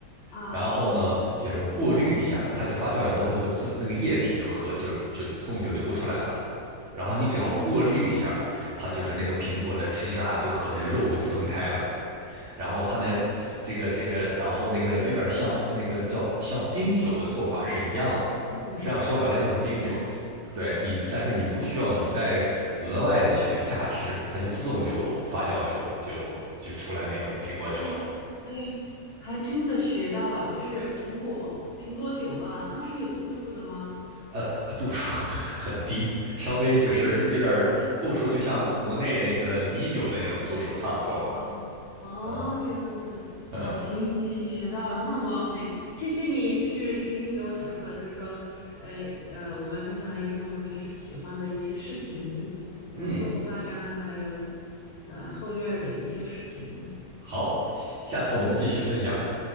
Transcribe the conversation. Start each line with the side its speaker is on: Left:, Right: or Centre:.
Left: 啊
Right: 然后呢，就是过滤一下，它就发酵以后，它就自那个液体就和就就自动就流出来了。然后你只要过滤一下，
Left: 哦，
Right: 它就是那个苹果的汁啊，就和那肉就分开了。然后它那这个这个，
Left: 哎，
Right: 然后那个有点像那个叫像冰酒的做法是一样的，
Left: 嗯
Right: 实际上说白了就是冰酒。
Left: 啊。
Right: 对你，但是你不需要你再额外的去榨汁，它就自动就发酵就就就出来那种苹果酒了。
Left: 还有还有，还真的学到了，就是苹果苹果酒啊，它是有度数的吗？
Right: 呃，度数 <laughs> 很低，稍微就是有点儿度数，
Left: 哦
Right: 就像国内那个米酒的那种度数差不多。
Left: 哦哦，
Right: 嗯
Left: 这样子啊，
Right: 嗯
Left: 行行行，学到了。那我很谢谢你，就是今天给我讲述了，就是说，呃呃，我们分享了一些我们平时喜欢的一些事情，呃，
Right: 嗯，
Left: 做饭呀，还有呃后院儿的一些事情。
Right: 好，下下次我们继续分享。